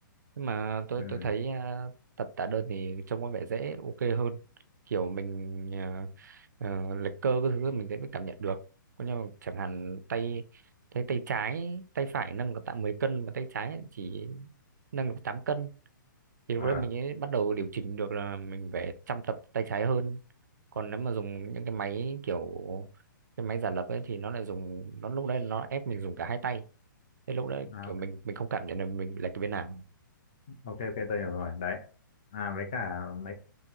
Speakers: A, on the right; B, on the left.
A: nhưng mà tôi
B: ừ,
A: tôi thấy à, tập tạ đơn thì trông có vẻ dễ ok hơn kiểu mình à, ờ, lệch cơ cái thứ mình sẽ mới cảm nhận được có nhưng mà chẳng hạn tay tay tay trái tay phải nâng được tạ 10 cân mà tay trái chỉ nâng được tám cân thì
B: ờ,
A: lúc đấy mình ấy bắt đầu điều chỉnh được là mình phải chăm tập tay trái hơn còn nếu mà dùng những cái máy kiểu cái máy giả lập ấy thì nó lại dùng nó lúc đấy nó ép mình dùng cả hai tay thế lúc đấy
B: à,
A: kiểu mình mình không cảm nhận được mình bị lệch cái bên nào
B: ok ok tôi hiểu rồi đấy à với cả mấy